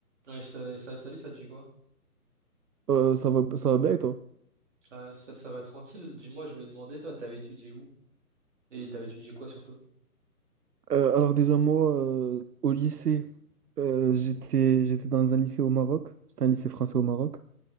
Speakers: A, on the right (about 50°); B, on the right (about 85°).
A: Ouais, ça, ça- salut, ça te dit quoi?
B: Euh, ça va, ça va bien et toi?
A: Ça, ça, ça va tranquille? Dis-moi, je voulais demander, toi, t'avais étudié où? Et t'avais étudié quoi surtout?
B: Euh, alors déjà moi, euh, au lycée, euh, j'étais, j'étais dans un lycée au Maroc, c'était un lycée français au Maroc,